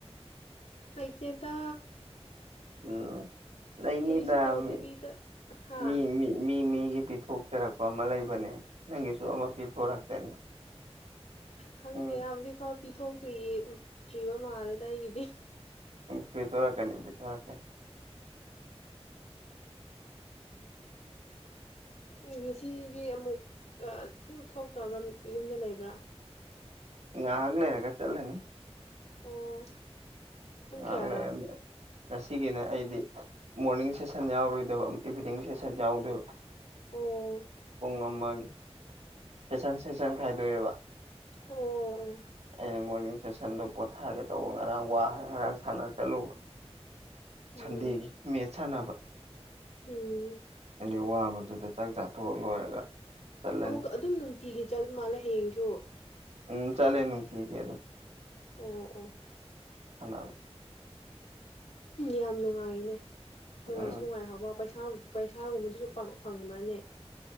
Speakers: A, on the left; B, on the right.
A: ꯂꯩꯇꯦꯗ
B: ꯎꯝ ꯂꯩꯅꯤꯗ
A: ꯀꯔꯤꯁꯨ ꯇꯧꯗꯕꯤꯗ
B: ꯃꯤ
A: ꯍꯥ
B: ꯃꯤ ꯃꯤ ꯃꯤ ꯃꯤꯒꯤ ꯄꯤꯊꯣꯛꯆꯔꯛꯄ ꯑꯃ ꯂꯩꯕꯅꯦ ꯅꯪꯒꯤꯁꯨ ꯑꯃ ꯄꯤꯊꯣꯔꯛꯆꯅꯤ
A: ꯈꯪꯗꯦ
B: ꯎꯝ
A: ꯍꯧꯖꯤꯛꯐꯥꯎ ꯄꯤꯊꯣꯛꯇ꯭ꯔꯤꯇ꯭ꯔꯤꯕ ꯃꯥꯜꯂꯦꯗ ꯑꯩꯒꯤꯗꯤ
B: ꯄꯤꯊꯣꯔꯀꯅꯤ ꯄꯤꯊꯣꯔꯛꯀꯅꯤ
A: ꯉꯁꯤꯗꯤ ꯑꯃꯨꯛ ꯑꯗꯨꯝ ꯊꯣꯛꯇꯕ꯭ꯔꯥ ꯌꯨꯝꯗ ꯂꯩꯕ꯭ꯔꯥ
B: ꯉꯍꯥꯛ ꯂꯩꯔꯒ ꯆꯠꯂꯅꯤ
A: ꯑꯣ ꯄꯨꯡ
B: ꯉꯥꯛ
A: ꯀꯌꯥꯗ
B: ꯂꯩꯔ <unintelligible> ꯉꯁꯤꯒꯤꯅ ꯑꯩꯗꯤ ꯃꯣꯔꯅꯤꯡ ꯁꯦꯁꯟ ꯌꯥꯎꯔꯣꯏꯗꯕ ꯏꯚꯤꯅꯤꯡ ꯁꯦꯁꯟ ꯌꯥꯎꯗꯣꯏꯕ
A: ꯑꯣ
B: ꯄꯨꯡ ꯑꯃꯒꯤ ꯁꯦꯁꯟ ꯁꯦꯁꯟ ꯈꯥꯏꯗꯣꯛꯑꯦꯕ
A: ꯑꯣ ꯑꯣ ꯑꯣ
B: ꯑꯩꯅ ꯃꯣꯔꯅꯤꯡ ꯁꯦꯁꯟꯗꯣ ꯄꯣꯊꯥꯒꯦ ꯇꯧꯕ ꯉꯔꯥꯡ ꯋꯥ ꯉꯔꯥꯡ ꯁꯥꯟꯅ ꯆꯠꯂꯨꯕ
A: ꯎꯝ
B: ꯁꯟꯗꯦꯒꯤ ꯃꯦꯠꯁ ꯁꯥꯟꯅꯕ
A: ꯎꯝ
B: ꯍꯥꯏꯗꯤ ꯋꯥꯕꯗꯨꯗ ꯆꯥꯛ ꯆꯥꯊꯣꯛꯑ ꯂꯣꯏꯔꯒ ꯆꯠꯂꯅꯤ
A: ꯑꯃꯨꯛ ꯑꯗꯨꯝ ꯅꯨꯡꯇꯤꯒꯤ ꯆꯠ ꯃꯥꯜꯂꯦ ꯍꯌꯦꯡꯁꯨ
B: ꯎꯝ ꯆꯠꯂꯦ ꯅꯨꯡꯇꯤꯒꯤ ꯑꯗꯨꯝ
A: ꯑꯣ ꯑꯣ
B: ꯁꯥꯅꯕ
A: ꯌꯥꯝ ꯅꯨꯡꯉꯥꯏꯅꯦ ꯅꯨꯡꯉꯥꯏꯁꯨ
B: ꯎꯝ
A: ꯅꯨꯡꯉꯥꯏ ꯍꯥꯎꯕ ꯄꯁꯥ ꯄꯩꯁꯥꯒꯨꯝꯕꯗꯨꯁꯨ ꯐꯪꯕ꯭ꯔꯅꯦ